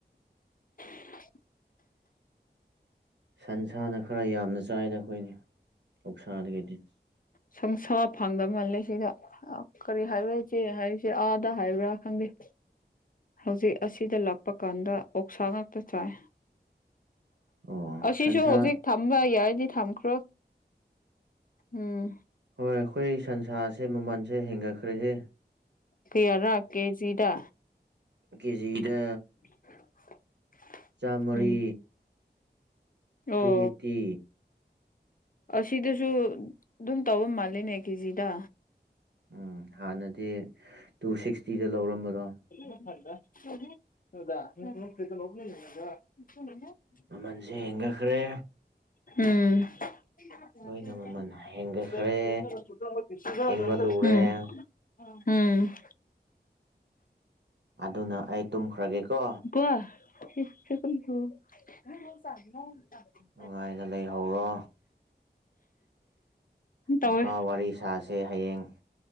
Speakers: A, on the left; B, on the right.
A: <unintelligible>
B: <inaudible>
A: <inaudible>
B: ꯁꯟꯁꯅ ꯈꯔ ꯌꯥꯝꯅ ꯆꯥꯏꯗ ꯑꯩꯈꯣꯏꯒꯤ ꯎꯁꯥꯗꯒꯤꯗꯤ
A: ꯁꯨꯡꯁꯥ ꯐꯪꯗ ꯃꯥꯜꯂꯦ ꯁꯤꯗ ꯀꯔꯤ ꯍꯥꯏꯔ ꯁꯦ ꯍꯥꯏꯁꯦ ꯑꯥꯗ ꯍꯥꯏꯕ꯭ꯔꯥ ꯈꯪꯗꯦ ꯍꯧꯖꯤꯛ ꯑꯁꯤꯗ ꯂꯥꯛꯄ ꯀꯥꯟꯗ ꯑꯣꯛꯁꯥ ꯉꯥꯛꯇ ꯆꯥꯏ
B: ꯑꯣ
A: ꯑꯁꯤꯁꯤꯁꯨꯣ
B: ꯁꯟꯁꯥ
A: ꯍꯧꯖꯤ ꯊꯝꯕ ꯌꯥꯔꯗꯤ ꯊꯝꯈ꯭ꯔꯣ ꯎꯝ
B: ꯍꯣꯏ ꯑꯩꯈꯣꯏ ꯁꯟꯁꯥꯁꯦ ꯃꯃꯜꯁꯦ ꯍꯦꯟꯒꯠꯈ꯭ꯔꯍꯦ
A: ꯀꯌꯥꯔꯥ ꯀꯦꯖꯤꯗ
B: ꯀꯦꯖꯤꯗ
A: <inaudible>
B: ꯆꯥꯝꯃꯔꯤ
A: ꯎꯝ
B: ꯊ꯭ꯔꯤ
A: ꯑꯣ
B: ꯑꯩꯠꯇꯤ
A: ꯑꯁꯤꯗꯁꯨ ꯑꯗꯨꯝ ꯇꯧꯕ ꯃꯥꯂꯦꯅꯦ ꯀꯦꯖꯤꯗ
B: ꯎꯝ ꯍꯥꯟꯅꯗꯤ ꯇꯨ ꯁꯤꯛꯁꯇꯤꯗ ꯂꯧꯔꯝꯕꯗꯣ
A: <unintelligible>
B: ꯃꯃꯟꯁꯦ ꯍꯦꯟꯒꯠꯈ꯭ꯔꯦ
A: ꯎꯝ <inaudible>
B: ꯂꯣꯏꯅ ꯃꯃꯜ ꯍꯦꯟꯒꯠꯈ꯭ꯔꯦ ꯍꯦꯟꯕ ꯂꯨꯔꯦ
A: ꯎꯝ
B: ꯑꯗꯨꯅ ꯑꯩ ꯇꯨꯝꯈ꯭ꯔꯒꯦꯀꯣ
A: <unintelligible>
B: ꯅꯨꯡꯉꯥꯏꯅ ꯂꯩꯍꯧꯔꯣ
A: ꯇꯧꯋꯦ
B: ꯃꯀꯥ ꯋꯥꯔꯤ ꯁꯥꯥꯁꯦ ꯍꯌꯦꯡ